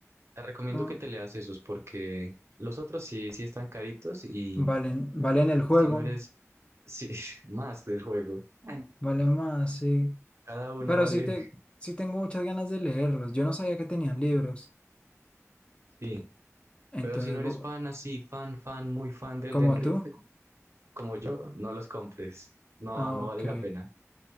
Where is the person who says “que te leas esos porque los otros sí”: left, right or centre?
Right